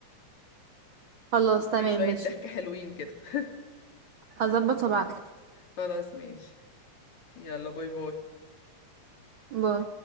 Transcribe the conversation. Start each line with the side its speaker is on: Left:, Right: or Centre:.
Right: خلاص تمام
Left: في شوية
Right: ماشي
Left: ضحك حلوين كده <laughs>
Right: هظبط وابعتلك
Left: خلاص ماشي يلا باي باي
Right: باي